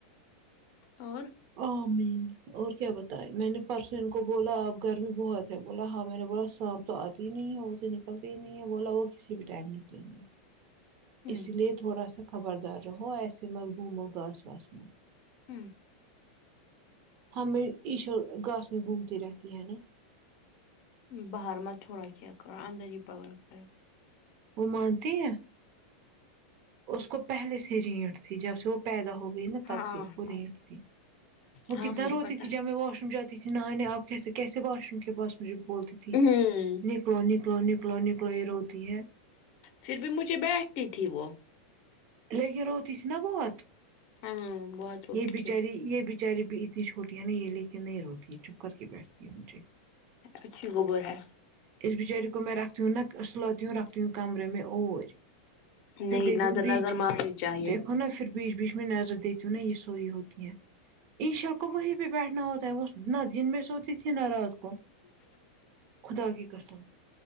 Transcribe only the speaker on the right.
ع مین اور کیا بتائے میں نے پرسوں ان کو بولا اب گرمی بہت ہے بولا ہاں میں نے بولا سانپ تو آتی ہی نہیں ہے وہ تو نکلتے ہی نہیں ہے بولا وہ کسی بھی ٹائم نکلیں گے
اس لیے تھوڑا سا خبردار رہو ایسے مزگوم ہو گاس واس میں
ہمیں ایشا گاس میں گھومتی رہتی ہے نا
وہ مانتی ہیں اس کو پہلے سے رینٹ تھی جب سے وہ پیدا ہو گئی نا تب
سے اس کو
نیٹ تھی وہ
کتنا
روتی
تھی جب میں واش روم جات تی تھی نہ نے آپ کیسے کیسے باش روم کے پاس مجھے بولتی تھی
ن کلو نکلو نکلو نکلو یہ روتی ہے
لے کے روتی تھی نا بہت
یہ بچاری
یہ بچاری بھی اتنی چھوٹی نہیں یہ لے کے نہیں روتی چپ کر کے بیٹھتی ہے مجھے
اس بچارے کو میں رکھتی ہوں نہ سلاتتی ہ رکھتی ہوں کمرے میں اور پھر
دیکتی
ہوں
بیچ
دیکھ ہوناا پھر بیچ بیچ میں نظر دیتی ہوں نا یہ سوئیی ہوتی ہیں انشاء اللہ وہی پہ بیٹھا ہوتا ہے وہ نہ دن میں سو تھی نہ رات کو کو خدا کی قسم